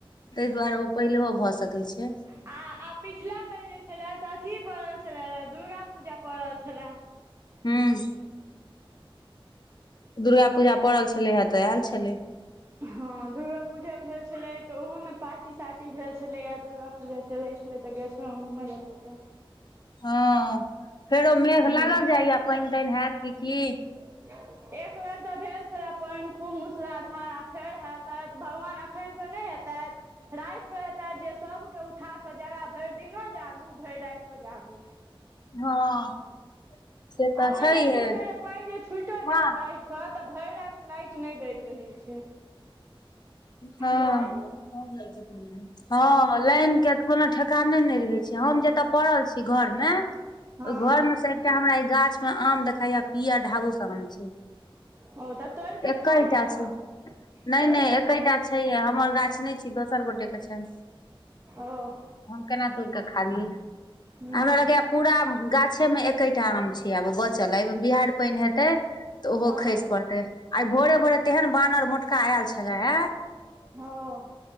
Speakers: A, on the left; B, on the right.
A: तेइ दु्वारा पहिलहो भऽ सकैत छै
B: आ आ पिछला बेर जे छलय तऽ अथी पड़ल छलय दुर्गा पूजा पड़ल छलय
A: हूँ दुर्गा पूजा पड़ल छलै हे तऽ आयल छलय
B: हँ दुर्गा पूजा भेल छलै तऽ ओहो मे पार्टी सार्टी भेल छलैय ये दुर्गा पूजे चलै छलै तऽ <inaudible>
A: हँ फेरो मेघ
B: हूँ
A: लागल जायये पैन तैन हैत कि की
B: <inaudible> एक बेर तऽ भेल छलय पैन खूब मूसलाधार आ फेर हेतेथ भगवान एखनसँ नय हेतेथ राति क हेता है जे सभके उठा क के जगह भेर दिनो जागू भेर राइतो जागू
A: हँ से तऽ
B: आ ओइमे
A: छैहे
B: बुझियौ जे पाइन जे छुटो
A: माँ
B: जायइत र तऽ भेर रात लाइट नय दैत रहै छै
A: हँ
B: लाइट
A: <inaudible> हँ लाइनक के तऽ कोनो ठेकाने नय रहै छै हम जतय पड़ल छी घरमे
B: हँ
A: रर् मे से एकटा हमरा ई गाछ मे आम देखाया पियर ढाबूसा आम छै
B: ओ तऽ तोड़ि कऽ
A: एकैटा
B: खा लिअ ने
A: छै नय
B: तोड़ि
A: नय
B: कऽ
A: एकेटा
B: खा लिअ
A: छैहे हमर गाछ नय छी दोसर गोटेके छै
B: ओ
A: हम केना दूड़ कऽ खा लिय
B: हूँ
A: हमरा लगेय पूरा गाछे में एकेटा आम छै आब ब चल एहिमे बिहाड़ पानि हेते तऽ ओहो
B: हँ
A: खसि पड़ते आ भोरे भोरे तेहन बान आर मोट का आल छलै या
B: हँ